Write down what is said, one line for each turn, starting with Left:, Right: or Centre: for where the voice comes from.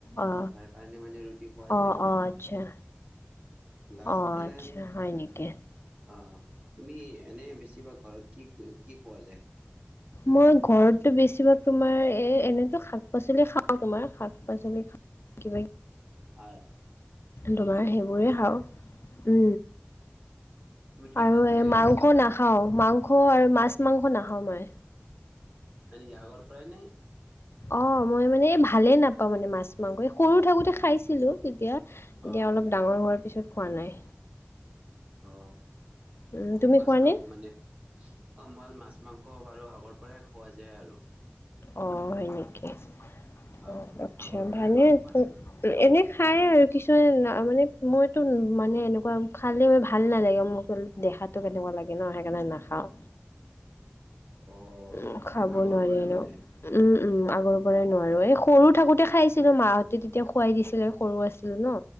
Left: অ
Right: তাৰ কাৰণে মানে ৰুটি খোৱা
Left: অ
Right: যায় বহুতকে।
Left: অ আচ্ছা
Right: লাষ্টাইম
Left: অ আচ্ছা হয় নেকি?
Right: আহ তুমি এনে বেছিভাগ ঘৰত কি কি খোৱা যায়
Left: মই ঘৰতটো বেছিভাগ তোমাৰ এ এনেতো শাক পাচলি খাও তোমাৰ শাক পাচলি খাও <inaudible>
Right: হয়।
Left: তোমাৰ সেইবোৰেই খাওঁ উ।
Right: তুমি কি
Left: আৰু
Right: শাক খাইকে
Left: এ মাংস
Right: বেছিকে ভাল
Left: নাখাও
Right: পোৱা?
Left: মাংস আৰু মাছ মাংস নাখাও মই।
Right: এই আগৰ পৰাই নে
Left: অ মই মানে ভালে নাপাওঁ মানে মাছ মাংস সৰু থাকোতে খাইছিলো তেতিয়া এতিয়া
Right: অঁ
Left: অলপ ডাঙৰ হোৱাৰ পিছত খোৱা নাই
Right: অ
Left: উম, তুমি
Right: 'মাছ
Left: খোৱানে?
Right: মাংস মানে আমাৰ মাছ মাংস বাৰু আগৰ পৰাই খোৱা যায় আৰু
Left: অ 'হয় নেকি
Right: অঁ
Left: অ আতছা
Right: আগৰ পৰাই
Left: ভালে
Right: খাওঁ মাছ মাংস।
Left: এনে খায় আৰু কিছুমানে কোনেওতো মানে এনেকুৱা খালে মই ভাল নালাগে মোক দেখাটো কেনেকুৱা লাগে ন সেইকাৰণে নাখাওঁ।
Right: অঁ
Left: উ খাব
Right: আগৰ
Left: নোৱাৰিনো
Right: পৰাই মানে
Left: উম। উম আগৰ পৰাই নোৱাৰো।
Right: অঁ
Left: এই সৰু থাকোতে খাইছিলো মাহঁতে তেতিয়া খোৱাই দিছিলে সৰু আছিলো ন।